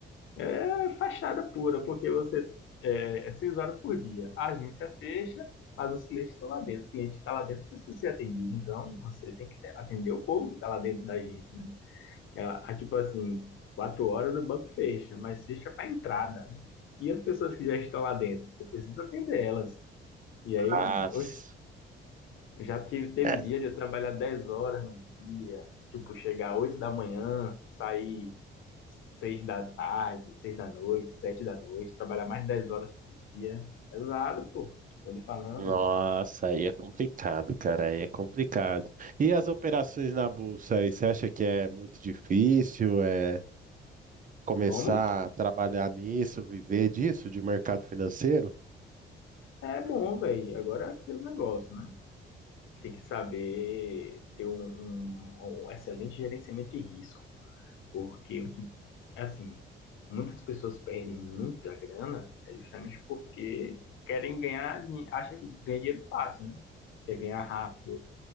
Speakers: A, on the left; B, on the right.
A: É fachada pura, porque você é, é seis horas por dia. A agência fecha, mas os clientes estão lá dentro. O cliente está lá dentro para ser atendido. Então, você tem que te- atender o povo que está lá dentro da agência, né? Ela, ah, tipo assim, quatro horas o banco fecha, mas fecha para entrada, né? E as pessoas que já estão lá dentro, você precisa atender elas. E aí,
B: Nossa,
A: eu, oxe, já tive, teve
B: é.
A: dia de eu trabalhar 10 horas no dia, tipo, chegar 8 da manhã, sair 6 da tarde, 6 da noite, 7 da noite, trabalhar mais de 10 horas por dia. Pesado, pô, tô lhe falando.
B: Nossa, aí é complicado, cara, aí é complicado. E as operações na bolsa aí, você acha que é muito difícil, é começar
A: Como?
B: a trabalhar nisso, viver disso, de mercado financeiro?
A: É bom, velho. Agora é aquele negócio, né? Tem que saber ter um, um um excelente gerenciamento de risco Porque o que, assim, muitas pessoas perdem muita grana é justamente porque querem ganhar, din- acha que ganha dinheiro fácil, né? Quer ganhar rápido,